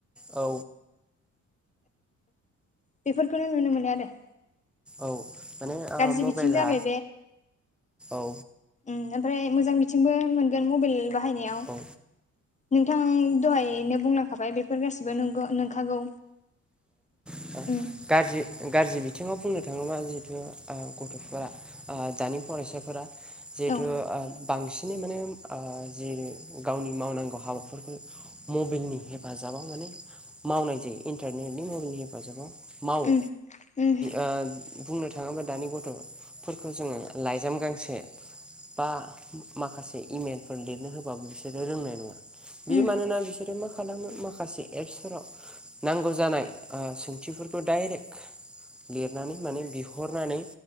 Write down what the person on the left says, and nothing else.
बेफोरखौनो नुनो मोनो आरो।
गाज्रि
बिथिं जाबाय
ओम ओमफ्राय मोजां मिथिंबो मोनगोन मबाइल बाहायनायाव।
नोंथां दहायैनो बुंलांखाबाय बेफोर गासिबो नंगौ नोंखागौ।
उम
औ
उम उम
उम